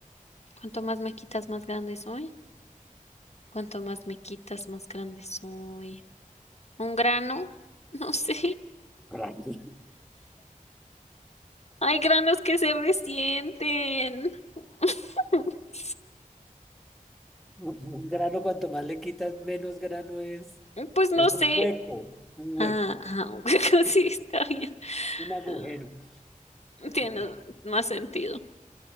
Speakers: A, on the left; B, in the centre.
A: Cuanto más me quitas, más grande soy. Cuanto más me quitas, más grande soy. ¿Un grano? <laughs> No sé.
B: Grande.
A: Hay granos que se resienten. <laughs>
B: <laughs> Un un grano, cuanto más le quitas, menos grano es.
A: Pues no
B: Es
A: sé.
B: un hueco, un hueco,
A: Ah, ah, <laughs> sí, está bien.
B: un agujero.
A: Ah, Tiene
B: Bueno.
A: más sentido.